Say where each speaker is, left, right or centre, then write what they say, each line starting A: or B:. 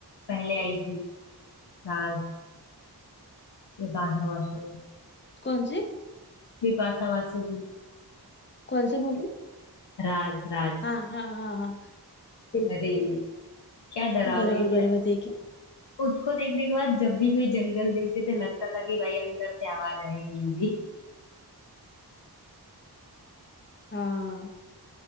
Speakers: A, on the left; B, on the left.
A: पहले आई
B: हम्म,
A: थी राज बिपाशा बासु
B: कौन सी
A: बिपाशा बासु की
B: कौन सी मूवी
A: राज राज
B: हाँ हाँ हाँ हाँ देखी।
A: अरे क्या डरावनी
B: बराबर
A: थी
B: बराबर
A: ना
B: देखी
A: उसको देखने के बाद जब भी कोई जंगल देखते थे लगता था कि भाई अंदर से आवाज आएगी अभी
B: हाँ